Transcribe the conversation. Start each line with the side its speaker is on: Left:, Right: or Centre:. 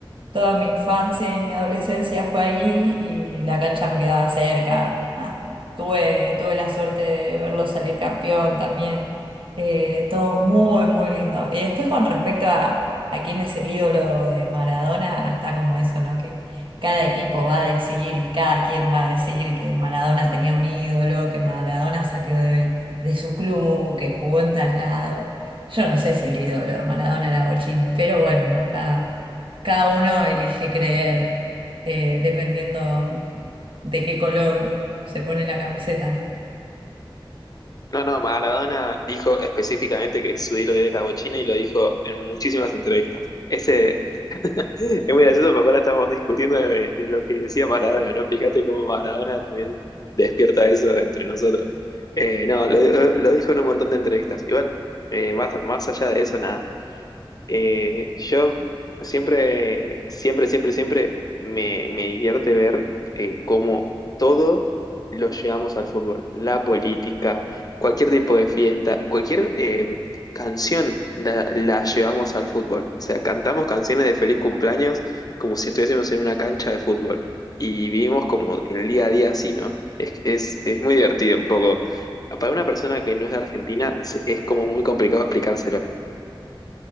Right: toda mi infancia y mi adolescencia fue allí y la cancha me quedaba cerca. Ah, tuve, tuve la suerte de verlo salir campeón también. Eh, todo muy, muy lindo. Y después con respecto a, a quién es el ídolo de Maradona, está como eso, ¿no? Que cada equipo va a decir y cada quien va a decir que Maradona tenía un ídolo, que Maradona salió de, de su club, que jugó en tal lado. Yo no sé si el ídolo de Maradona era Bochini, pero bueno, ¿no? Cada, cada uno elige creer eh, dependiendo de qué color se pone la camiseta, ¿no?
Left: No, no, Maradona dijo específicamente que su ídolo era bochina y lo dijo en muchísimas entrevistas. Ese es muy gracioso porque ahora estamos discutiendo de, de lo que decía Maradona, ¿no? Fíjate cómo Maradona también despierta eso entre nosotros. Eh, no, lo, lo dijo en un montón de entrevistas. Igual, eh, más, más allá de eso, nada. Eh, yo siempre, siempre, siempre, siempre me, me divierte ver eh, cómo todo lo llevamos al fútbol. La política, cualquier tipo de fiesta, cualquier eh, canción la, la llevamos al fútbol. O sea, cantamos canciones de feliz cumpleaños como si estuviésemos en una cancha de fútbol. Y vivimos como el día a día así, ¿no? Es, es, es muy divertido un poco. Para una persona que no es de Argentina se- es como muy complicado explicárselo.